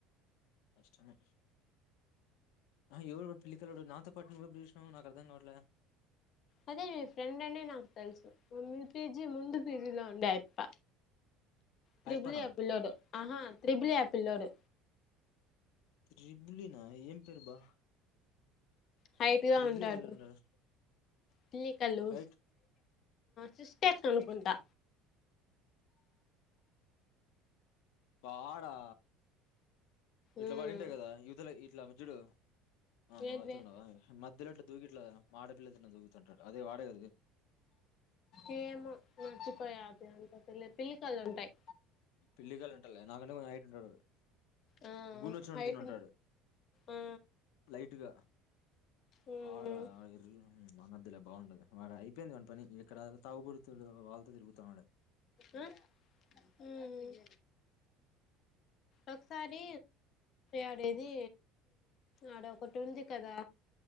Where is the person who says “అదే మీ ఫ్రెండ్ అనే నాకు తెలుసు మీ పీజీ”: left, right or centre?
Left